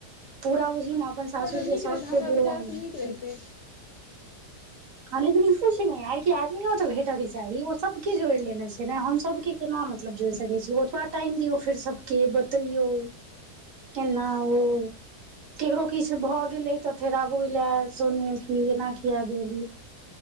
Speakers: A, on the right (about 60°); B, on the left (about 60°).
A: पूरा बुझी ने अपन सासुर
B: तऽ
A: के
B: नीक
A: शर्त
B: रहतै हमरा
A: <unintelligible>
B: विचारसँ नीक रहितै
A: ह लेकिन ई सोच ने आ आदमियो तऽ भेटय के चाही ओ सबके के जोड़ि लेने छै ने हम सब के केना मतलब जोड़ि सकै छी ओतबा टाइम दियौ फेर सबके बतैयौ केना
B: हँ
A: ओ केकरो किछ भ गेले तऽ फेर आब ओइले सुनू की एना किया भेल